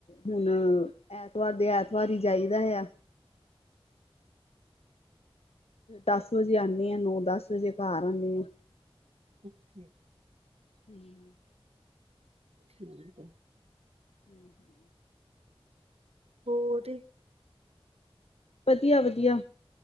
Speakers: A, on the left (about 85°); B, on the right (about 80°).
A: ਹੁਣ, ਐਤਵਾਰ, ਦੇ ਐਤਵਾਰ ਹੀ, ਜਾਈਦਾ ਆ ਦਸ ਵਜੇ ਆਉਂਣੀ ਹਾਂ ਨੌ -ਦਸ ਵਜੇ ਘਰ ਆਉਂਣੀ ਆ
B: ਅੱਛਾ।
A: ਹੂੰ
B: ਠੀਕ ਆ। <inaudible>
A: ਹੂੰ ਹੂੰ। <inaudible>
B: ਹੋਰ
A: ਵਧੀਆ -ਵਧੀਆ